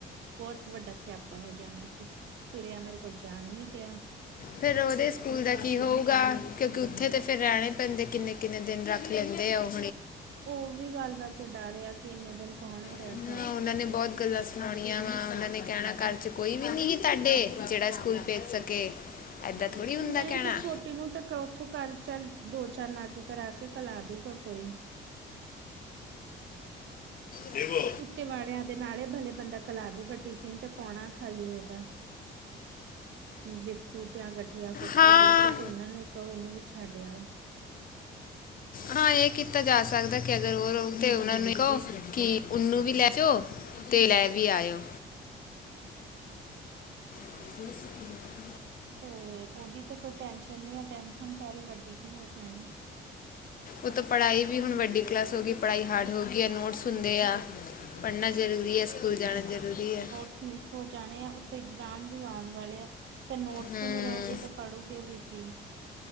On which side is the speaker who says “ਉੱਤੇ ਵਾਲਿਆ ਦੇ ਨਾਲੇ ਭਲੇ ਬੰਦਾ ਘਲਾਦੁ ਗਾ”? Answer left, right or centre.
Right